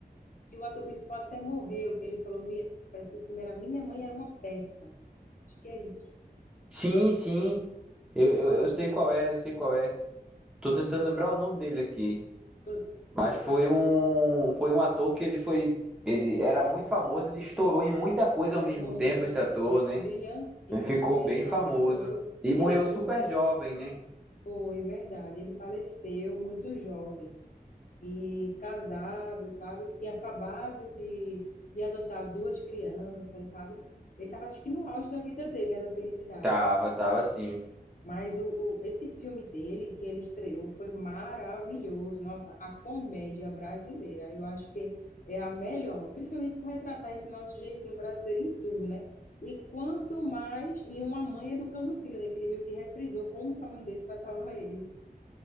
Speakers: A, on the left (about 55°); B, in the centre.
A: que o ator principal até morreu, que ele falou, "Mi- parece que o filme era Minha Mãe Era uma Peça. Acho que é isso.
B: Sim, sim. Eu,
A: Pronto,
B: eu, eu sei qual é, eu sei qual é. Tô tentando lembrar o nome dele aqui.
A: pronto.
B: Mas
A: Porque
B: foi
A: pa-
B: um. Foi um ator que ele foi. Ele era muito famoso, ele estourou em muita coisa ao mesmo
A: muito
B: tempo, esse ator, né?
A: brilhantíssimo
B: Ele ficou
A: ele,
B: bem
A: maravilhoso.
B: famoso. E
A: E
B: morreu
A: ele atua
B: super
A: muito
B: jovem, né?
A: Foi verdade. Ele faleceu muito jovem e casado, sabe? Tinha acabado de, de adotar duas crianças, sabe? Ele estava, acho que, no auge da vida dele, né? Da felicidade.
B: Tava, tava assim.
A: Mas o, o- esse filme dele, que ele estreou, foi maravilhoso. Nossa, a comédia brasileira, eu acho que é a melhor, principalmente por retratar esse nosso jeitinho brasileiro em tudo, né? E quanto mais em uma mãe educando o filho, né? Que ele meio que reprisou como que a mãe dele tratava ele.